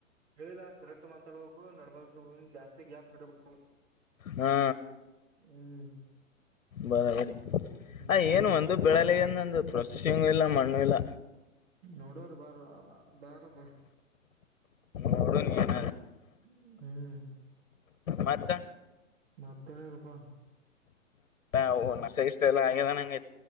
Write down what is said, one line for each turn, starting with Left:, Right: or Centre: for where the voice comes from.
Right: ಹೇಳಿಲ್ಲ ಕರೆಕ್ಟ್ ಮಾತಾಡ್ಬೇಕು ನಡಬಬೇಕು ಜಾಸ್ತಿ ಗ್ಯಾಪ್ ಬಿಡ್ಬೇಕು
Left: ಹಾ
Right: ಹ್ಮ್
Left: ಬರಬರಿ
Right: ಹ್ಮ್
Left: ಆ ಏನು ಒಂದು ಬೆಳಲೆಗೆ ಪ್ರಸಂಗೂ ಇಲ್ಲ ಮಣ್ಣು ಇಲ್ಲ
Right: ನೋಡೋ್ರ ಬಾರ ಬಾರ ಬ
Left: ಮೋಡನ್ ಏನ
Right: ಹ್ಮ್
Left: ಮತ್ತ
Right: ಮತ್ತೇನಲ್ಪಾ
Left: ಹ ನಸ ಇಷ್ಟ ಎಲ್ಲ ಆಗಿದೆಂಗಗೆ